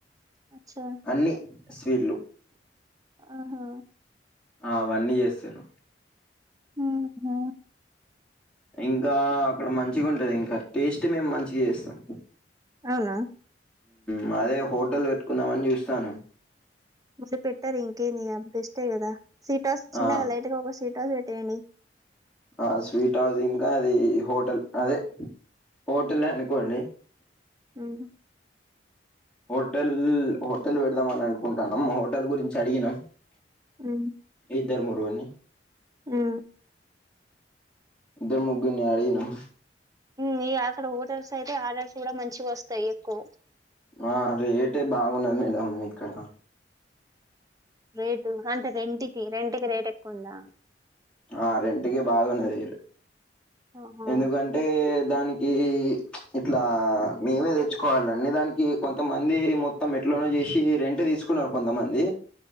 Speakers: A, on the right; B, in the centre.
A: అచ్చా
B: అన్ని స్వీట్లు
A: ఆహా
B: ఆ అవన్నీ చేస్తారు
A: ఆహ
B: ఇంకా అక్కడ మంచిగా ఉంటది ఇంకా టేస్ట్ మేము మంచిగా చేస్తాం
A: అవునా
B: మ్ అదే హోటల్ పెట్టుకుందామని చూస్తనం
A: మళ్ళీ పెట్టారు ఇంకేందిగ బెస్టే కదా సీటౌస్ చిన్నగా
B: ఆ
A: లైట్గా ఒక సీటౌస్ పెట్టేయండి
B: ఆ స్వీట్ హౌస్ ఇంకా అది హోటల్ అదే హోటలే అనుకొండి
A: మ్
B: హోటల్ హోటల్ పెడదామని అనుకుంటానమ్ హోటల్ గురించి అడిగినాం
A: మ్
B: ఇద్దరు ముడుగోని
A: మ్
B: ఇద్దరు ముగ్గుర్ని అడిగినం
A: మ్ అక్కడ హోటల్స్ అయితే ఆర్డర్స్ కూడా మంచిగ వస్తాయి ఎక్కువ
B: ఆ రేటే బాగున్నది మేడం ఇక్కడ
A: రేటు అంటే రెంట్కి రెంట్కి రేటు ఎక్కువ ఉందా
B: ఆ రెంటికి బాగున్నది
A: ఆహా
B: ఎందుకంటే దానికి ఇట్లా మేమే తెచ్చుకోవాలండి దానికి కొంతమంది మొత్తం ఎట్లోనే చేసి రెంట్ే తీసుకున్నారు కొంతమంది